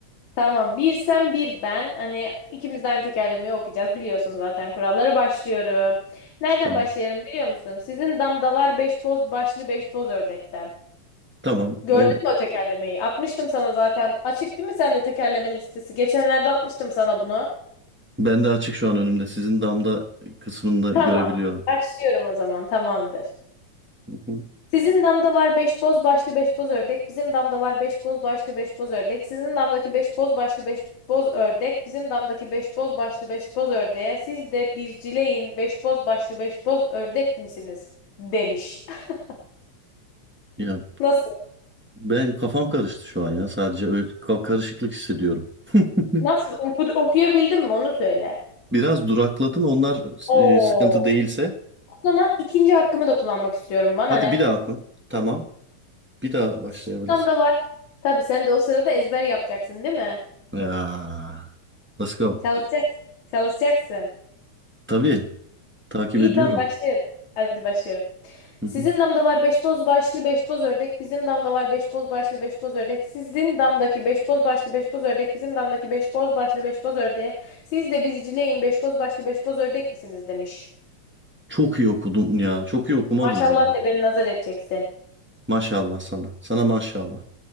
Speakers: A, on the left (about 75°); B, on the right (about 15°).
A: Tamam. Bir sen bir ben. Hani ikimiz de aynı tekerlemeyi okuyacağız. Biliyorsun zaten kuralları. Başlıyorum. Nereden
B: Tamam.
A: başlayalım biliyor musun? Sizin damda var beş boz başlı beş boz ördekten.
B: Tamam.
A: Gördün
B: O
A: mü o tekerlemeyi? Atmıştım sana zaten. Açık değil mi sende tekerleme listesi? Geçenlerde atmıştım sana bunu.
B: ben de açık şu an önümde. Sizin damda kısmında görebiliyorum.
A: Tamam. Başlıyorum o zaman. Tamamdır.
B: Hı hı.
A: Sizin damda var beş boz başlı beş boz ördek. Bizim damda var beş boz başlı beş boz ördek. Sizin damdaki beş boz başlı beş boz ördek. Bizim damdaki beş boz başlı beş boz ördeğe. Siz de bizcileyin beş boz başlı beş boz ördek misiniz? Demiş. <laughs>
B: Ya
A: Nasıl?
B: ben kafam karıştı şu an ya. Sadece öyle ka- karışıklık hissediyorum. <laughs>
A: Nasıl? Oku- okuyabildim mi? Onu söyle.
B: Biraz durakladın. Onlar
A: Oo.
B: e, sıkıntı değilse.
A: O zaman ikinci hakkımı da kullanmak istiyorum. Bana
B: Hadi
A: ne?
B: bir daha oku. Tamam. Bir daha başlayabilirsin.
A: Sizin damda var. Tabii sen de o sırada ezber yapacaksın, değil mi?
B: Ya, let's go.
A: Çalışacaksın. Çalışacaksın.
B: Tabii takip
A: İyi
B: ediyorum.
A: tamam başlıyorum. Hadi başlıyorum.
B: Hı
A: Sizin
B: hı.
A: damda var beş boz başlı beş boz ördek. Bizim damda var beş boz başlı beş boz ördek. Sizin damdaki beş boz başlı beş boz ördek. Bizim damdaki beş boz başlı beş boz ördeğe. Siz de bizcileyin beş boz başlı beş boz ördek misiniz demiş.
B: Çok iyi okudun ya. Çok iyi okumadın
A: Maşallah
B: mı ya?
A: de beni nazar edeceksin.
B: Maşallah sana. Sana maşallah.